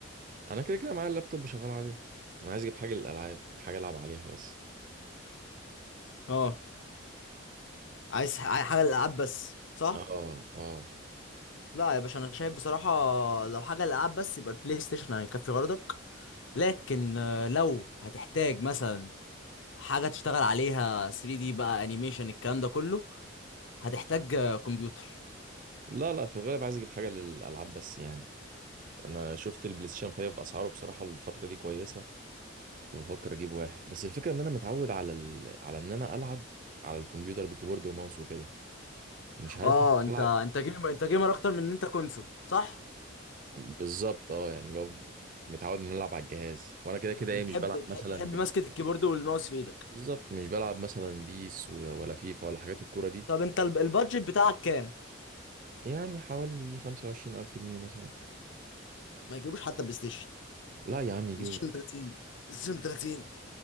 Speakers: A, on the right; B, on the left.
A: انا كده كده معايا اللابتوب شغال عليه انا عايز اجيب حاجه للالعاب حاجه العب عليها بس
B: اه عايز ح- عايز حاجه للالعاب بس صح
A: اه اه
B: لا يا باشا انا شايف بصراحه لو حاجه للالعاب بس يبقى البلاي ستيشن هيكفي غرضك لكن آه، لو هتحتاج مثلا حاجه تشتغل عليها 3 دي بقى انيميشن الكلام ده كله هتحتاج آه، كمبيوتر
A: لا لا في الغالب عايز اجيب حاجه للالعاب بس يعني انا شفت البلاي ستيشن 5 باسعاره بصراحه الفتره دي كويسه وبفكر اجيب واحد بس الفكره ان انا متعود على ال... على ان انا العب على الكمبيوتر بكيبورد وماوس وكده مش عارف
B: اه انت
A: العب
B: انت جيمر انت جيمر اكتر من ان انت كونسول صح
A: بالظبط اه يعني لو متعود ان أنا العب على الجهاز وانا كده كده
B: بتحب
A: ايه مش بلعب
B: بتحب
A: مثلا
B: بتحب
A: بلاي
B: ماسكه
A: ستيشن
B: الكيبورد والماوس في ايدك
A: بالظبط مش بلعب مثلا بيس و- ولا فيفا ولا حاجات الكوره دي
B: طب انت الب- البادجت بتاعك كام
A: يعني حوالي 25000 جنيه مثلا
B: ما يجيبوش حتى بلاي ستيشن
A: لا يا عم يجيبوا
B: بلاي ستيشن 30 بلاي ستيشن 30